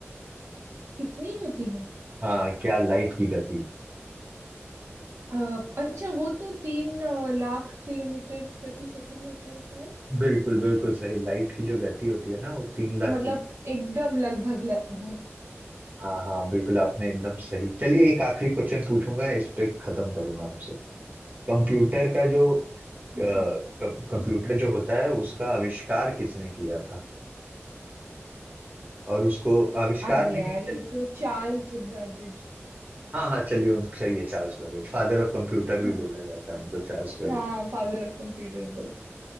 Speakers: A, on the right; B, on the right.
A: कितनी होती है
B: हाँ क्या लाइट की गति
A: अ, अच्छा वो तो तीन अ, लाख किलोमीटर प्रति सेकंड होता है शायद
B: बिल्कुल बिल्कुल सही लाइट की जो गति होती है ना वो तीन लाख
A: मतलब
B: किलो
A: एकदम लगभग लगभग
B: हाँ हाँ बिल्कुल आपने एकदम सही चलिए एक आखिरी क्वेश्चन पूछूंगा इस पे खत्म करूंगा आपसे कंप्यूटर का जो अ, क-
A: जी
B: कंप्यूटर
A: जी
B: जो होता है उसका आविष्कार किसने किया था और उसको आविष्कार
A: अरे
B: भी
A: यार
B: नहीं
A: ये तो चार्ल्स बैबेज
B: हाँ हाँ चलिए उनको सही है Charles Babbage father of computer भी
A: हाँ
B: बोला
A: हाँ
B: जाता है उनको चार्ल्स बेबेज
A: हाँ, फादर ऑफ कंप्यूटर बोलते